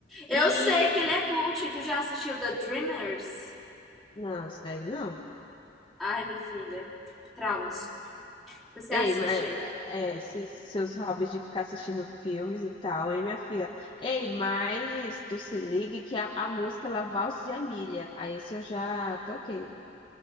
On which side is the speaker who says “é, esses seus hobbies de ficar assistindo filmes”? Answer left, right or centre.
Left